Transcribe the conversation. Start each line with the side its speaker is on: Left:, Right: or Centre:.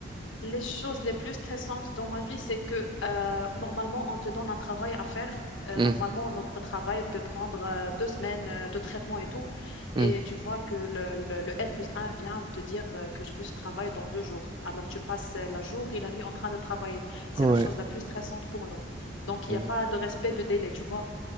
Left: Les choses les plus stressantes dans ma vie, c'est que euh, normalement, on te donne un travail à faire. Euh,
Right: Mhm,
Left: normalement, notre travail peut prendre euh, deux semaines euh, de traitement et tout.
Right: mhm.
Left: Et tu vois que le, le, le N plus un vient te dire euh, que je veux ce travail dans deux jours. Alors, tu passes euh, la jour et la nuit en train de travailler. C'est
Right: Ouais,
Left: la chose la plus stressante pour nous. Donc, il
Right: ouais,
Left: n'y a pas de respect de délai, tu vois.